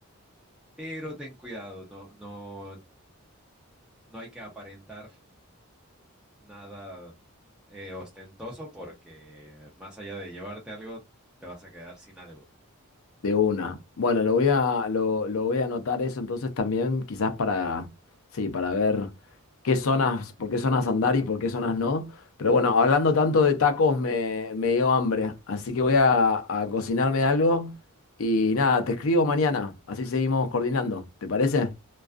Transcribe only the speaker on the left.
De una. Bueno, lo voy a, lo, lo voy a anotar eso entonces también, quizás para, sí, para ver qué zonas, por qué zonas andar y por qué zonas no. Pero bueno, hablando tanto de tacos, me, me dio hambre. Así que voy a, a cocinarme algo y nada, te escribo mañana. Así seguimos coordinando. ¿Te parece?